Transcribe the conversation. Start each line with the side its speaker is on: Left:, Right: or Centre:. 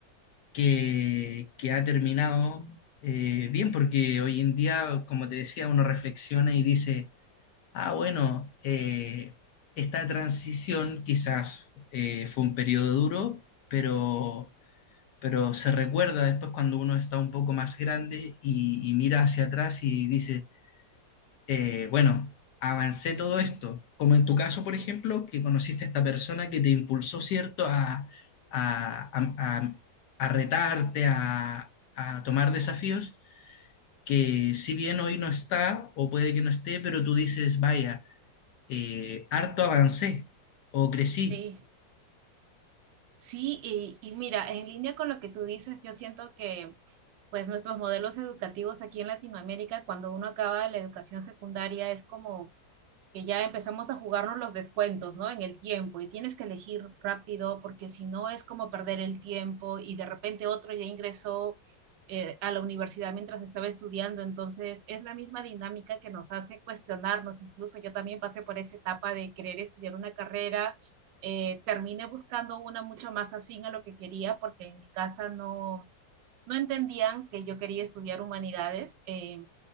Left: que, que ha terminado eh, bien, porque hoy en día, como te decía, uno reflexiona y dice, ah, bueno, eh, esta transición quizás eh, fue un periodo duro, pero, pero se recuerda después cuando uno está un poco más grande y, y mira hacia atrás y dice, eh, bueno, avancé todo esto, como en tu caso, por ejemplo, que conociste a esta persona que te impulsó, ¿cierto?, a, a, a- a- a retarte, a, a tomar desafíos, que si bien hoy no está, o puede que no esté, pero tú dices, vaya, eh, harto avancé o crecí.
Right: Sí, sí, y, y mira, en línea con lo que tú dices, yo siento que pues nuestros modelos educativos aquí en Latinoamérica, cuando uno acaba la educación secundaria, es como que ya empezamos a jugarnos los descuentos, ¿no? En el tiempo y tienes que elegir rápido porque si no es como perder el tiempo y de repente otro ya ingresó eh, a la universidad mientras estaba estudiando, entonces es la misma dinámica que nos hace cuestionarnos, incluso yo también pasé por esa etapa de querer estudiar una carrera, eh, terminé buscando una mucho más afín a lo que quería porque en mi casa no no entendían que yo quería estudiar humanidades. eh,